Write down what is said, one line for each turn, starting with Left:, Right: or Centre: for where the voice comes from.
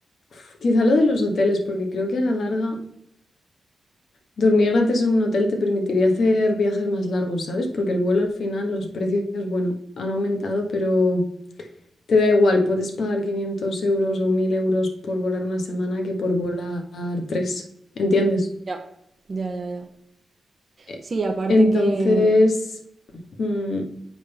Left: uf, quizá lo de los hoteles, porque creo que a la larga dormir gratis en un hotel te permitiría hacer viajes más largos, ¿sabes? Porque el vuelo al final, los precios, bueno, han aumentado, pero te da igual, puedes pagar 500 euros o 1000 euros por volar una semana que por volar tres, ¿entiendes?
Right: Ya, ya, ya, ya.
Left: E-
Right: Sí, aparte
Left: Entonces,
Right: que...
Left: mm,